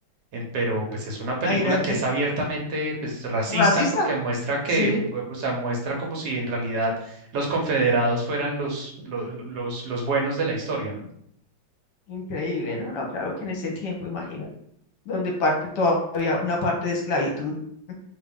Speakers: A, on the right; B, on the left.
A: en- pero pues es una película
B: ah, imagínate,
A: que es abiertamente pues racista
B: racista,
A: porque muestra que,
B: sí,
A: mm, o sea, muestra como si en realidad los confederados fueran los, lo- lo- los, los buenos de la historia, ¿no?
B: increíble, ¿no? No, claro que en ese tiempo, imagínate, donde parte todavía una parte de esclavitud, <laughs>